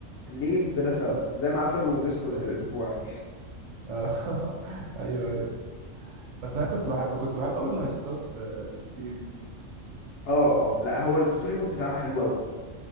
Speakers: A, on the left; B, on the right.
A: ليه بلا سبب زي ما قفلوا ديسكورد
B: ده إيه؟
A: اسبوع يعني
B: آه. <laughs> ايوه ايوه بس انا كنت بحب كنت بحب قوي الهايستات في جي تي في
A: اه اه لا هو الستوري مود بتاعها حلو قوي